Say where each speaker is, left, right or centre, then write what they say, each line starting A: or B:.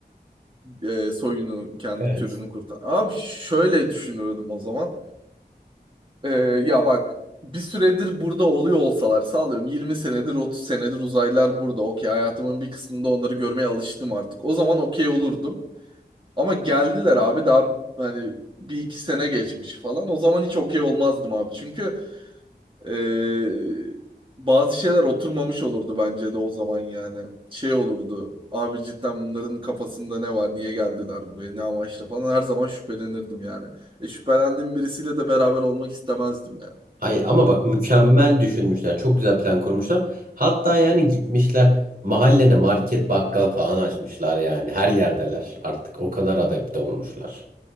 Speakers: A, on the right; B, on the right.
A: e, soyunu, kendi
B: Evet.
A: türünü kurtar. Abi şöyle düşünürdüm o zaman. E, ya bak bir süredir burada oluyor olsalar sağlıyorum 20 senedir 30 senedir uzaylılar burada. Okey hayatımın bir kısmında onları görmeye alıştım artık. O zaman okey olurdum. Ama geldiler abi daha hani bir iki sene geçmiş falan. O zaman hiç okey olmazdım abi. Çünkü ee, bazı şeyler oturmamış olurdu bence de o zaman yani. Şey olurdu. Abi cidden bunların kafasında ne var? Niye geldiler buraya? Ne amaçla falan. Her zaman şüphelenirdim yani. E, şüphelendiğim birisiyle de beraber olmak istemezdim yani.
B: Hayır ama bak mükemmel düşünmüşler. Çok güzel plan kurmuşlar. Hatta yani gitmişler mahallene market bakkal
A: Hı.
B: falan açmışlar yani. Her yerdeler artık. O kadar adapte olmuşlar.